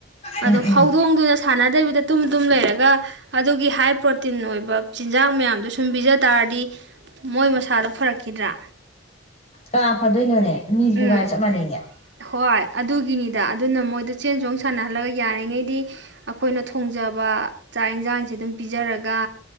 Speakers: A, on the left; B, on the right.
A: ꯎꯝ
B: ꯑ
A: ꯎꯝ
B: ꯍꯧꯗꯣꯡꯗꯨꯗ ꯁꯥꯟꯅꯗꯕꯤꯗ ꯇꯨꯝ ꯇꯨꯝ ꯂꯩꯔꯒ ꯑꯗꯨꯒꯤ ꯍꯥꯏ ꯄ꯭ꯔꯣꯇꯤꯟ ꯑꯣꯏꯕ ꯆꯤꯟꯖꯥꯛ ꯃꯌꯥꯝꯗꯣ ꯁꯨꯝ ꯄꯤꯖ ꯇꯥꯔꯗꯤ ꯃꯣꯏ ꯃꯁꯥꯗꯣ ꯐꯔꯛꯈꯤꯗ꯭ꯔꯥ
A: ꯀꯥ ꯐꯥꯗꯣꯏꯅꯣꯅꯦ ꯃꯤꯗꯨꯁꯨ
B: ꯎꯝ
A: ꯀꯥꯏ ꯆꯞ ꯃꯥꯟꯅꯩꯅꯦ
B: ꯍꯣꯏ ꯑꯗꯨꯒꯤꯅꯤꯗ ꯑꯗꯨꯅ ꯃꯣꯏꯗ ꯆꯦꯟ ꯆꯣꯡ ꯁꯥꯟꯅꯍꯜꯂꯒ ꯌꯥꯔꯤꯉꯩꯗꯤ ꯑꯩꯈꯣꯏꯅ ꯊꯣꯡꯖꯕ ꯆꯥꯛ ꯌꯦꯟꯁꯥꯡꯁꯤꯦ ꯑꯗꯨꯝ ꯄꯤꯖꯔꯒ